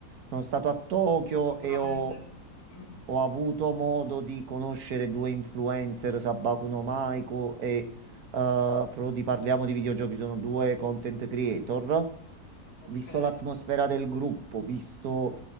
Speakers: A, on the right; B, on the left.
A: Sono stato a Tokyo
B: sicuramente.
A: e ho,
B: Mm,
A: ho avuto modo di conoscere due influencer, Sabaku no Maiko e eh, Frodi Parliamo di Videogiochi, sono due content creator.
B: ok.
A: Visto
B: Ok.
A: l'atmosfera del gruppo, visto